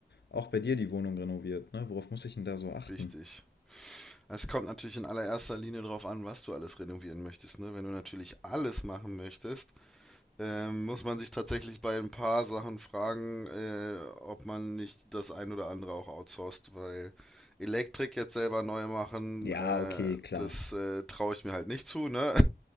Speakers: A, on the left; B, in the centre.
A: auch bei dir die Wohnung renoviert, ne? Worauf muss ich denn da so achten?
B: Richtig. Es kommt natürlich in allererster Linie darauf an, was du alles renovieren möchtest. Ne? Wenn du natürlich alles machen möchtest, ähm, muss man sich tatsächlich bei ein paar Sachen fragen, äh, ob man nicht das ein oder andere auch outsourced, weil Elektrik jetzt selber neu machen,
A: Ja,
B: äh,
A: okay, klar.
B: das äh, traue ich mir halt nicht zu. Ne?